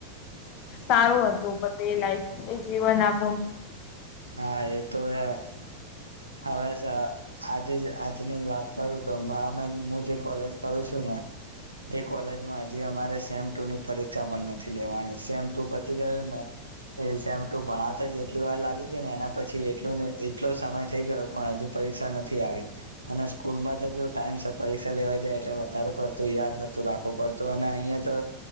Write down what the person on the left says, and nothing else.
સારું હતું બધ એ લાઈફ એ જીવન આપણુ.